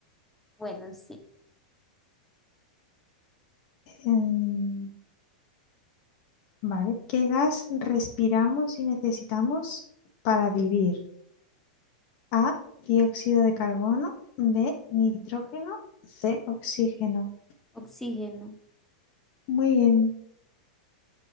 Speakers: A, in the centre; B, on the left.
A: Bueno, sí.
B: Em, vale, ¿qué gas respiramos y necesitamos para vivir? A, dióxido de carbono, B, nitrógeno, C, oxígeno.
A: Oxígeno.
B: Muy bien,